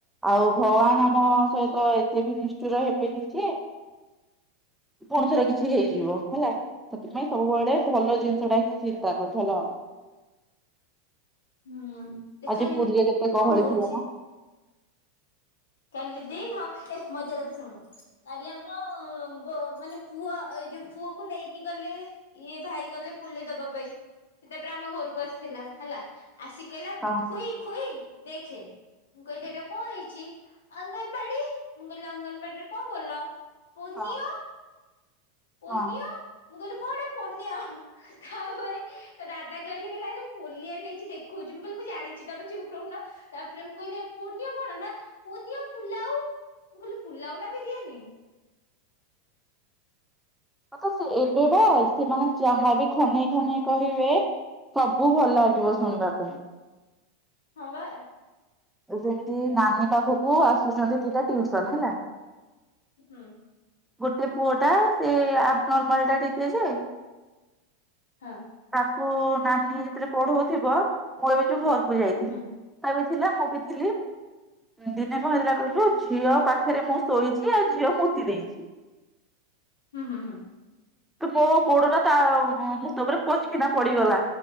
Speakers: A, in the centre; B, on the left.
A: ଆଉ ଭଗବାନ ଆମ ସହିତ ଏତେ ବି ନିଷ୍ଠୁର ହବନି ଯେ ପୁଣି ଥର କିଛି ହେଇଯିବ ହେଲା ସେଥିପାଇଁ ସବୁବେଳେ ଭଲ ଜିନିଷ ଟା ହିଁ ଚିନ୍ତା କର ଭଲ ହବ।
B: ହୁଁ ଦେଖାଯାଉ
A: ଆଜି ପୁରୀରେ କେତେ ଗହଳି
B: କଣ ହଉଛି?
A: ଥିବ ନା
B: କାଲି ଦେଇ ହଁ ଏ ମଜା କଥା ଶୁଣୁ କାଲି ଆମ ମାନେ ପୁଅ ଏଇ ଯୋଉ ପୁଅକୁ ନେଇକି ଗଲେ ଇଏ ଭାଇ ଗଲେ ପୁଲି ଦବା ପାଇଁ ସେ ତାପରେ ଆମ ଘରକୁ ଆସିଥିଲା ହେଲା ଆସି କହିଲା
A: ହଁ
B: ଖୁଇ ଖୁଇ ଦେଖେ ମୁଁ କହିଲି ଏଇଟା କଣ ହେଇଛି? ଅଙ୍ଗନବାଡି ମୁଁ କହିଲି ଅଙ୍ଗନବାଡିରେ କଣ କଲ? ପୁନିଅ
A: ହଁ
B: ପୁନିଅ
A: ହଁ।
B: ମୁଁ କହିଲି କଣ ପୁନିଅ ତାପରେ ତ ଦାଦା କହିଲେ ଆରେ ପୋଲିଆ ନେଇଛି ଦେଖଉଛି ମୁଁ କହିଲି ମୁଁ ଜାଣିଛି ତମେ ଚୁପ ରହୁନ। ତାପରେ ମୁଁ କହିଲି ପୁନ କଣ ନା ପୁନ ପୁଲାଉ ମୁଁ କହିଲି ପୁଲାଉ ନା ବିରିୟାନୀ। <inaudible>
A: ମତେ କହୁଛି ଏବେ ବେ ସେମାନେ ଯାହାବି ଖନେଇ ଖନେଇ କହିବେ। ସବୁ ଭଲ ଲାଗିବ ଶୁଣିବା ପାଇଁ।
B: ହଁ ବା।
A: ଯେମିତି ନାନୀ ପାଖକୁ ଆସୁଛନ୍ତି ଦିଟା ଟିୁସନ ହେଲା।
B: ହୁଁ।
A: ଗୋଟେ ପୁଅ ଟା ସେ ଆବ୍ନରମାଲ ଟା ଟିକେ ଯେ।
B: ହଁ।
A: ତାକୁ ନାନୀ ଯେତେବେଳେ ପଢଉଥିବ ମୁଁ ଏବେ ଯୋଉ ଘରକୁ ଯାଇଥିଲି।
B: ହୁଁ
A: ସେବି ବି ଥିଲା ମୁଁ ବି ଥିଲି। ଦିନେ କଣ ହେଥିଲା କହିଲୁ ଝିଅ ପାଖରେ ମୁଁ ଶୋଇଛି ଆଉ ଝିଅ ମୋତି ଦେଇଛି।
B: ହୁଁ ହୁଁ ହୁଁ।
A: ତ ମୋ ଗୋଡ଼ ଟା ତା ମୁତ ଉପରେ ପଚକିନା ପଡିଗଲା